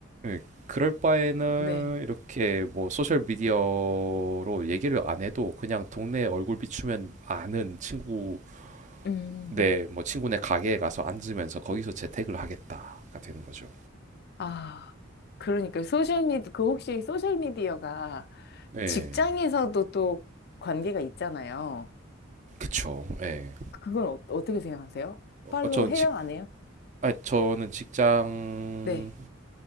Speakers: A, on the right (about 40°); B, on the left (about 50°).
A: 예. 그럴 바에는
B: 네.
A: 이렇게 뭐 소셜 미디어로 얘기를 안 해도 그냥 동네 얼굴 비추면 아는 친구
B: 음,
A: 네 뭐 친구네 가게에 가서 앉으면서 거기서 재택을 하겠다가 되는 거죠.
B: 아, 그러니까 소셜미디, 그 혹시 소셜미디어가
A: 예,
B: 직장에서도 또 관계가 있잖아요.
A: 그쵸. 예,
B: 그건 어, 어떻게 생각하세요? 팔로우
A: 어, 전
B: 해요?
A: 직,
B: 안 해요?
A: 아, 저는 직장
B: 네.